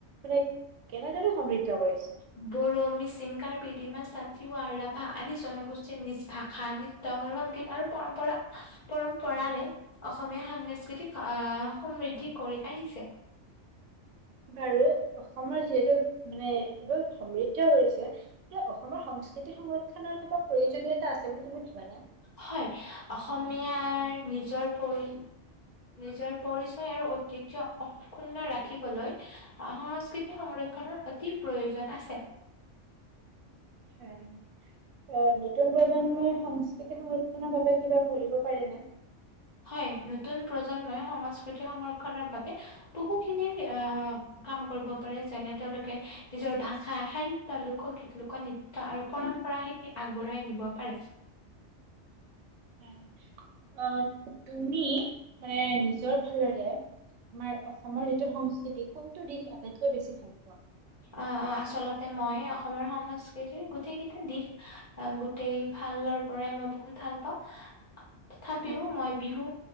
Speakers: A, on the right; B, on the left.
A: <unintelligible> কেনেদৰে সমৃদ্ধ কৰিছে?
B: বড়ো, মিচিং, কাৰ্বি, ডিমাছা, তিৱা আৰু ৰাভা আদি জনগোষ্ঠীৰ নিজ ভাষা নিজ তৰ ৰংগীত আৰু পৰম্পৰা পৰম্পৰাৰে, অসমীয়া সাংস্কৃতিক আ' সমৃদ্ধি কৰি আহিছে।
A: বাৰু অসমৰ যিহেতু মানে এইবোৰ সমৃদ্ধ হৈছে কিবা অসমৰ সংস্কৃতি সংৰক্ষনৰ কিবা প্ৰয়োজনীয়তা আছে বুলি তুমি ভাবা নে?
B: হয় অসমীয়াৰ নিজৰ পৰি নিজৰ পৰিচয় আৰু ঐতিহ্য অ' ক্ষুন্ন ৰাখিবলৈ অ' সংস্কৃতি সংৰক্ষনৰৰ অতি প্ৰয়োজন আছে।
A: <unintelligible> অ' নতুন প্ৰজন্মই সংস্কৃতি সংৰক্ষনৰ বাবে কিবা কৰিব পাৰেনে?
B: হয়, নতুন প্ৰজন্মই সংস্কৃতি সংৰক্ষনৰ বাবে বহুখিনি আ' কাম কৰিব পাৰে যেনে তেওঁলোকে নিজৰ ভাষা, সাহিত্য, লোকগীত, লোক নৃত্য আৰু পৰম্পৰা শিক কি আগবঢ়াই নিব পাৰ?
A: <inaudible> হয়, অ' তুমি মানে নিজৰ ফালৰে আমাৰ অসমৰ যিটো সংস্কৃতি কোনটো দিশ আটাইতকৈ বেছি ভাল পোৱা?
B: অ', অ' আচলতে মই অসমৰ সংস্কৃতিৰ গোটেই কেইটা দিশ গোটেই ফালৰ পৰাই মই বহুত ভাল পাওঁ। তথাপিও
A: হয়
B: মই বিহু